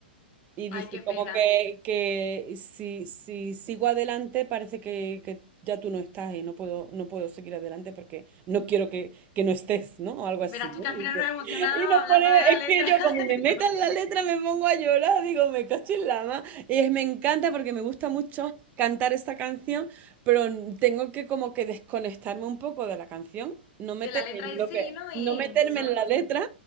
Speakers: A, on the right; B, on the left.
A: Y dice
B: Ay, qué
A: como
B: pena.
A: que, que si, si sigo adelante parece que, que ya tú no estás y no puedo, no puedo seguir adelante porque no quiero que, que no estés, ¿no? O algo así,
B: Verás
A: ¿no?
B: tú que al
A: Dice.
B: final nos emocionamos
A: Y nos
B: hablando
A: pone,
B: de la
A: es
B: letra,
A: que yo
B: <laughs>
A: como me metan la letra me pongo a llorar, digo, me cacho en la ma. Y es- me encanta porque me gusta mucho cantar esta canción, pero tengo que como que desconectarme un poco de la canción, no meterme
B: de la letra
A: en
B: en
A: lo
B: sí,
A: que,
B: ¿no? Y
A: no meterme
B: solo
A: en la
B: cantar.
A: letra,